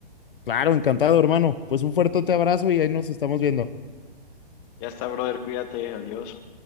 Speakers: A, on the left; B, on the left.
A: Claro, encantado, hermano. Pues un fuerte abrazo y ahí nos estamos viendo.
B: Ya está, brother, cuídate, adiós.